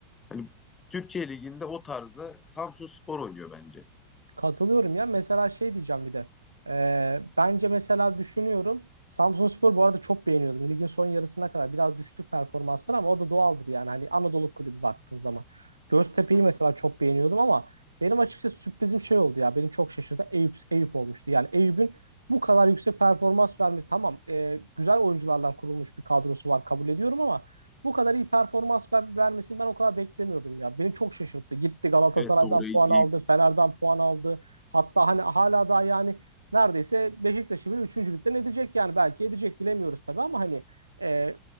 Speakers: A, on the left (about 15°); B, on the right (about 80°).
A: Hani Türkiye Ligi'nde o tarzda Samsunspor oynuyor bence.
B: Katılıyorum ya. Mesela şey diyeceğim bir de. Ee, bence mesela düşünüyorum. Samsunspor bu arada çok beğeniyordum. Ligin son yarısına kadar biraz düştü performanslar ama o da doğaldır yani. Hani Anadolu kulübü baktığın zaman. Göztepe'yi
A: Hı hı.
B: mesela çok beğeniyordum ama benim açıkçası sürprizim şey oldu ya. Beni çok şaşırdı. Eyüp, Eyüp olmuştu. Yani Eyüp'ün bu kadar yüksek performans vermesi tamam e, güzel oyuncularla kurulmuş bir kadrosu var kabul ediyorum ama bu kadar iyi performans ver- vermesini ben o kadar beklemiyordum ya. Beni çok şaşırttı. Gitti Galatasaray'dan
A: Evet doğru. Eyüp-
B: puan
A: Eyüp-
B: aldı, Fener'den puan aldı. Hatta hani hala daha yani neredeyse Beşiktaş'ı bile üçüncülükten edecek yani. Belki edecek bilemiyoruz tabii ama hani e,